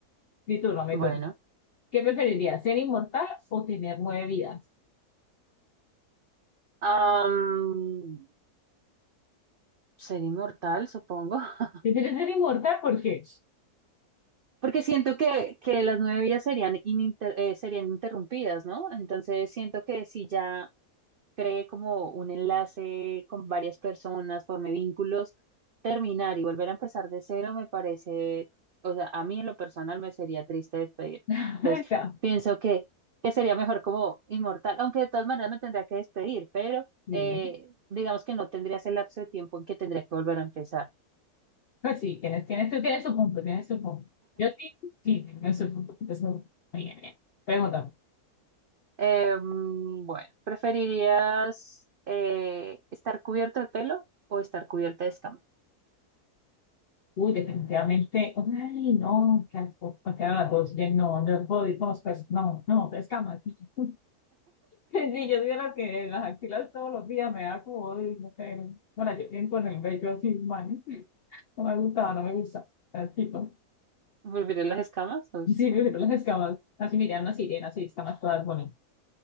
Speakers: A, on the left; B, on the right.
A: mi turno, mi
B: Bueno.
A: turno. ¿Qué preferirías, ser inmortal o tener nueve vidas?
B: am, ser inmortal, supongo. <laughs>
A: ¿Prefieres ser inmortal? ¿Por qué?
B: Porque siento que, que las nueve vidas serían, ininter- eh, serían interrumpidas, ¿no? Entonces siento que si ya cree como un enlace con varias personas, forme vínculos, terminar y volver a empezar de cero me parece, o sea, a mí en lo personal me sería triste despedir.
A: <laughs>
B: Entonces
A: Acá,
B: pienso que, que sería mejor como inmortal, aunque de todas maneras me tendría que despedir, pero
A: Sí.
B: eh, digamos que no tendría ese lapso de tiempo en que tendría que volver a empezar.
A: Pues sí, tienes, tienes, tú tienes su punto, tienes su punto. Yo sí, sí, tienes su punto, es muy- muy bien, bien. Pregunta.
B: Eh, mm, bueno, ¿preferirías eh, estar cubierto de pelo o estar cubierta de escamas?
A: Uy, definitivamente, ay, no, qué asco, porque era las dos, ya no, no puedo ir con los peces, no, no, pescamos. <laughs> sí yo soy de las que las axilas todos los días me da como, uy, no sé, no. bueno, yo tengo en el bello así, man, no me gustaba, no me gusta, eh, tipo,
B: ¿Volveré las escamas? Uy,
A: sí, pero las escamas, así miran las sirenas, así escamas todas bonitas,